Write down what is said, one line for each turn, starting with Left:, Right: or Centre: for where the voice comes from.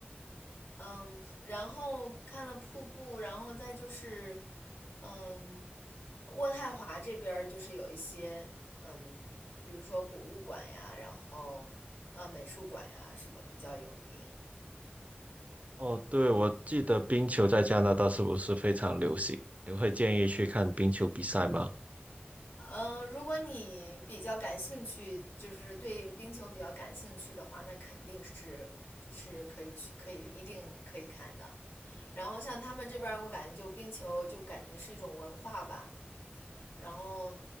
Left: 嗯，然后看了瀑布，然后再就是，嗯，渥太华这边就是有一些，嗯，比如说博物馆呀，然后呃美术馆呀什么比较有名。
Right: 哦，对，我记得冰球在加拿大是不是非常流行？你会建议去看冰球比赛吗？
Left: 嗯，如果你比较感兴趣，就是对冰球比较感兴趣的话，那肯定是是可以去，可以一定可以看的。然后像他们这边我感觉就冰球就感觉是一种文化吧，然后，